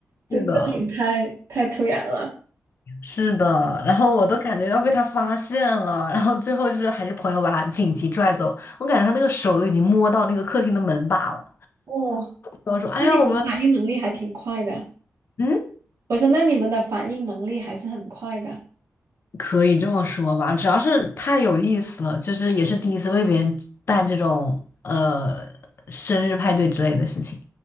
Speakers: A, on the right; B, on the left.
A: 这这也太太突然了。
B: 是的，是的，然后我都感觉要被他发现了，然后最后就是还是朋友把他紧急拽走，我感觉他那个手都已经摸到那个客厅的门把了。
A: 哇！
B: 我说，哎呀，
A: 那你们反应能力还挺快的。
B: 我们嗯。
A: 我说，那你们的反应能力还是很快的。
B: 可以这么说吧，主要是太有意思了，就是也是第一次为别人办这种呃生日派对之类的事情。